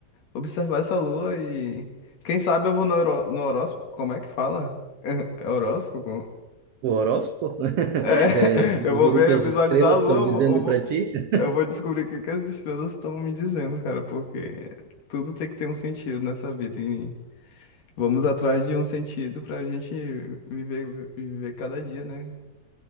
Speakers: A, on the left; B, on the right.
A: observar essa lua e quem sabe eu vou no, horó- no horóscopo, como é que fala? É horóscopo?
B: O horóscopo? <laughs>
A: É, <laughs>
B: É, ver
A: eu vou ver,
B: o que as
A: visualizar
B: estrelas
A: a lua,
B: estão dizendo
A: eu vou, eu vou,
B: para ti? <laughs>
A: eu vou descobrir o que que as estrelas estão me dizendo, cara, porque tudo tem que ter um sentido nessa vida e vamos atrás de um sentido pra gente viver, viver cada dia, né?